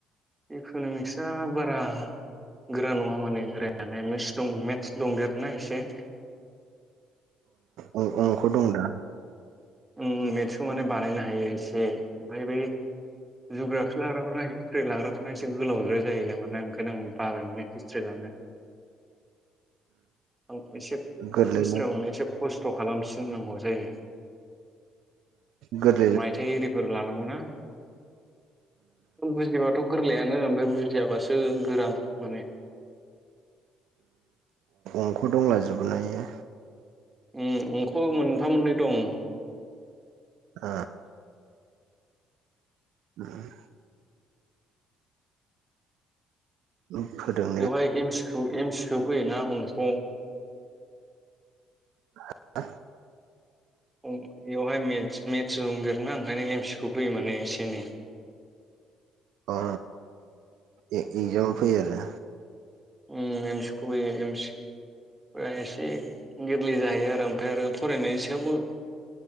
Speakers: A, on the right; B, on the right.
A: इक'न'मिक्सा बारा गोरा नङा माने गोरायालाय मिक्स मिक्स दंदेरो ना एसे
B: अ अंख' दं दा
A: उ मेस्टखौ माने बानायनो हायो एसे ओमफ्राय बे जुग्राफि लाग्राफना हिस्ट्रि लाग्राफोरना एसे गोलावद्राय जायो न माना ओंखायनो आं बाबायमोन हुस्रिलानो आं एसे
B: गोरलै
A: हिस्रि
B: ना
A: मोनो एसे खस्थ' खालामफिननांगौ जायो
B: गोद <unintelligible>
A: मायथाइ आररिफोर लानांगौ ना बुजिबाथ' गोरलैयानो ओमफ्राय बुजियाबासो गोराम मोनो माने
B: अंख' दंलाजोबो ना बेयो
A: उम अंख' मोनफा मोननै दं।
B: ओ उम उ खोदों
A: बेवहाय एम सिखौ फैयोना अंख'
B: <unintelligible>
A: ओ बेवहाय मेस्ट दंदेरोना ओंखायनो एम सि खौ फैयो माने एसे एनै
B: अ इगजामाव फैयो आरो
A: उम एमसखे एमस एसे गोरलै जाहैयो आरो ओमफ्राय आरो फरायनायनि सायावबो